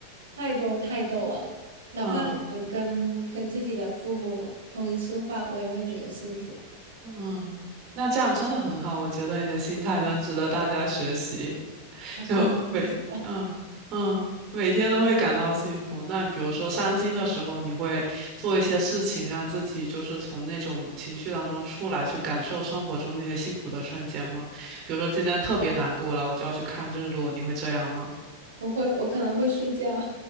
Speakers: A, on the right (about 65°); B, on the right (about 40°).
A: 太多太多了，哪怕呃跟跟自己的父母通一次话，
B: 嗯。
A: 我也会觉得幸福。
B: 嗯，那这样真的很好，我觉得你的心态能值得大家学习。<laughs>
A: 啊，
B: 就每嗯嗯每天都会感到幸福。
A: 彼此彼此吧，
B: 那比如说伤心的时候，你会做一些事情，让自己就是从那种情绪当中出来，去感受生活中那些幸福的瞬间吗？比如说今天特别难过了，我就要去看日落，你会这样吗？
A: <laughs> 不会，我可能会睡觉，